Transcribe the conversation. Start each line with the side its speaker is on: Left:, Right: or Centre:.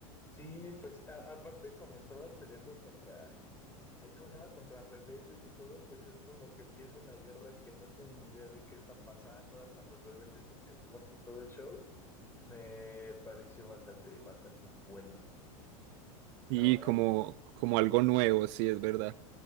Left: Sí, pues a- aparte como estabas peleando contra, ahí cómo se llama, contra rebeldes y todo, pues es como que empieza una guerra que no tienen ni idea de qué está pasando, hasta los rebeldes se te unen y todo el show. Me pareció bastante, bastante bueno. Ahora,
Right: Y como, como algo nuevo, sí, es verdad.